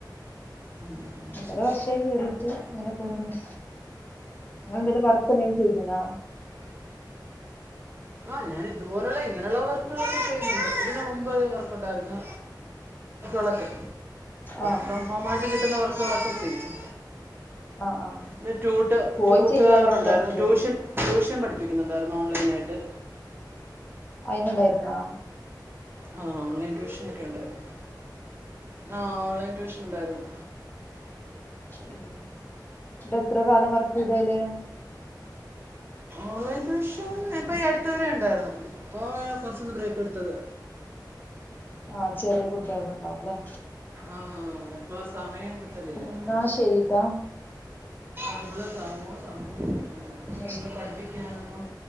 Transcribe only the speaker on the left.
ഒമ്പത്
വർഷായി
കേറീട്ട്ട്ട് അങ്ങനെ പോണ് ഇണ്ട് ഇങ്ങള് എന്തേലും വർക്കെന്തേലും ചെയ്തീന്നൊ
ആഹ്
ആഹ് ആഹ്
പോയി
ചെയ്യാനുള്ള
ഒരൈറ്റിയല്ലേ
<unintelligible> ഇണ്ടായിരുന്നോ
മ്ഹ് ഇതേത്ര കാലം വർക്ക് ചെയ്ത് അതില്
ആഹ് ചെറിയ കുട്ട്യക്ക് ഉണ്ടാവും ഇല്ലേ
എന്നാ
ശരിട്ടാ.
എന്നാ ശരി.